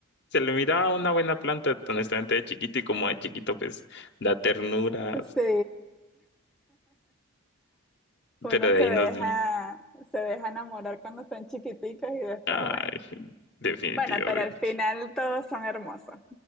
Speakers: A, on the left (about 50°); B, in the centre.
A: Se le miraba una buena planta, honestamente, de chiquito y como de chiquito, pues da ternura,
B: sí. Uno
A: pero de
B: se
A: ahí
B: deja,
A: nos,
B: se deja enamorar cuando son chiquiticos y después,
A: Ay,
B: bueno.
A: definitivamente.
B: Bueno, pero al final todos son hermosos.